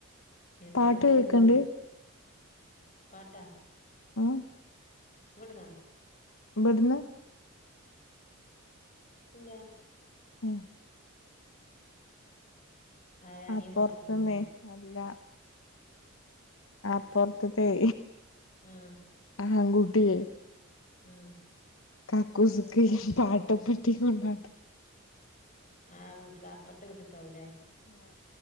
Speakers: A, on the left (about 35°); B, on the left (about 65°).
A: എന്തെ
B: പാട്ട്
A: കടി
B: കേക്ക്ണ്ട്
A: കൊടുന്നോ? പാട്ട.
B: ഉം
A: ഇവിടുന്നാ?
B: ബ്ട്ന്ന്
A: ഇല്ലാ.
B: ഉം
A: ആര് അനിയം
B: അപ്പൊർത്ത്ന്നേ
A: പാട്ടിട്ടുണ്ടാവില്ലേ?
B: അല്ല. ആ പൊത്ത്ത്തൈ
A: ആഹ്
B: ആൺകുട്ടി.
A: ം
B: കാക്കൂസ്ക്കൈ പാട്ടൊക്കട്ട് കൊണ്ടാട്ട
A: ആ വീട്ട്ല അപ്പർത്തെ വീട്ടിത്താവുല്ലേ?
B: അ്